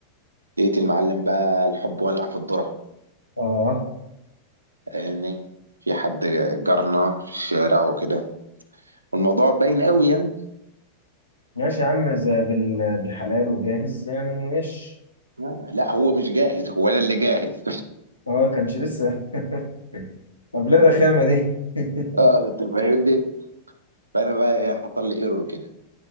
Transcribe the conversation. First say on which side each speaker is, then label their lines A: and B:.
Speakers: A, on the right; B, on the left.
A: لقيت المعلم بقى الحب ولع في الذره
B: اه
A: يعني في حد جارنا في الشارع وكده والموضوع باين قوي يعني
B: ماشي يا عم زي بال... بالحلال وجاهز يعني مش
A: آه، لا هو مش جاهز هو انا اللي جاهز <laughs>
B: اه كانش لسه <laughs> طب ليه الرخامة دي <laughs>
A: اه انت فاهمني فانا بقى إيه، حصل لي ايرور كده